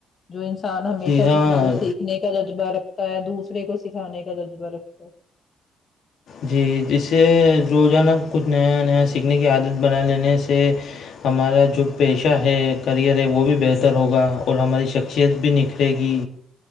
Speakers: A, on the left; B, on the left.
A: جو انسان ہمیشہ
B: جی ہاں
A: کچھ نہ کچھ سیکھنے کا جذبہ رکھتا ہے دوسرا دوسرے کو سکھانے کا جذبہ رکھتا
B: جی جس سے روزانہ کچھ نیا نیا سیکھنے کی عادت بنا لینے سے ہمارا جو
A: ہ
B: پیشہ ہے کریئر ہے وہ بھی بہتر ہوگا اور ہماری شخصیت بھی نکھرے گی